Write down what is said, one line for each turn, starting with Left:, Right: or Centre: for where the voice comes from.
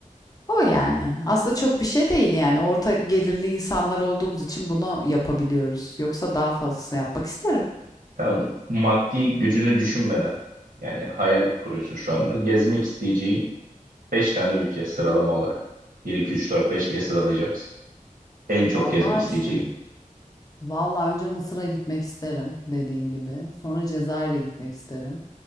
Left: O yani. Aslında çok bir şey değil yani. Orta gelirli insanlar olduğumuz için bunu yapabiliyoruz. Yoksa daha fazlasını yapmak isterim.
Right: Tamam. Maddi gücünü düşünmeden yani hayal kuruyorsun şu anda. Gezmek isteyeceğin beş tane ülke sıralama olarak. bir iki üç dört beş diye sıralayacaksın. En çok
Left: Vallahi
Right: gezmek isteyeceğin.
Left: işte. Vallahi önce Mısır'a gitmek isterim dediğin gibi. Sonra Cezayir'e gitmek isterim.